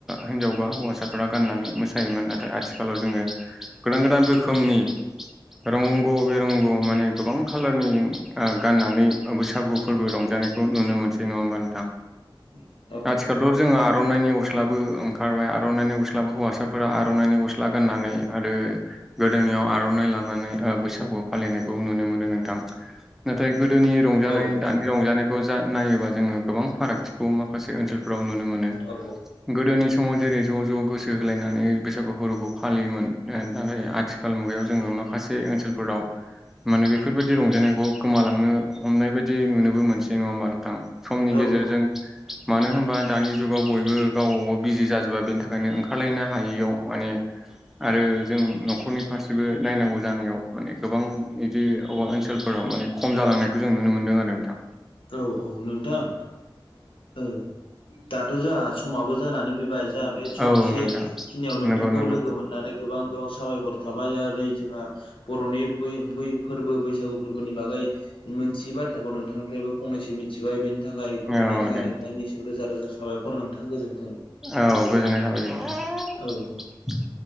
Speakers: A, in the centre; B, on the left.
A: हिनजाव बा हौवासाफोरा गाननानै मोसायोमोन नाथाय आथिखालाव जोङो गोदान गोदान रोखोमनि रंग' बिरंग' माने गोबां खाालारनि गाननानै बैसागु फोरबो रंजानाय खौ नुनो मोनै नङा होमबा नोंथां
B: <inaudible>
A: थेवबो जों आर'नायनि गस्लाबो ओंखारबाय आरनायनि गस्लाबो हौवासाफोरा आरनायनि गस्ला गाननानै आरो गोदो नायाव आर'नाइ लानानै ओ बैसागुआव फालिनायखौ नुनो मोनो नोंथां नाथाय गोदोनि रंजानाय
B: औ नंगौ
A: दानि रंजानायखौ जा नायोबा जोङो गोबां फारागथिखौ माखासे ओनसोल फ्राव नुनो मोनो
B: औ
A: गोदोनि समाव जेरै ज' ज' गोसो होलायनानै बैसागु फोरबोखौ फालियोमोन दा आथिखाल मुगायाव जोङो माखा से ओनसोलफोराव माने बेफोरबायदि रंजानायखौ गोमालांनो हमनाय बायदि नुनोबो मोनसै नङा होमबा नोंथां? समनि
B: औ
A: गेजेरजों
B: औ
A: मानो होन नोबा दानि जुगाव बयबो गावबा गाव बिजि जाजोबबाय बेनि थाखायनो ओंखारलायनो हायैयाव माने आरो जों न'खरनि फारसेबो नायनांगौ जानायाव माने गोबां बिदि अबेबा ओनसोलफोराव औ माने खम जालांनायखौ जों नुनो मोनदों आरो नोंथां।
B: औ औ नोंथां औ दाथ' जोंहा समाबो जानानै फैबाय। जा बे सम
A: औ
B: एसे
A: नोंथां
B: खिनियाव नोंथांखौ
A: नंगौ नंगौ
B: लोगो मोननानै गोबां गोबां साबायखर थाबाय आरो जोंहा बर'नि फोरबो बैसागु फोरबोनि बागै मोनथियै बाथ्राखौ नोंथांनिफ्रायबो फंनैसो मिथिबाय बेनि थाखाय फोरमायनायनि
A: औ
B: थाखाय
A: दे
B: नोंथांनि सायाव रोजा रोजा साबायखर नोंथां गोजोन
A: औ गोजोननाय थाबाय नोंथां
B: औ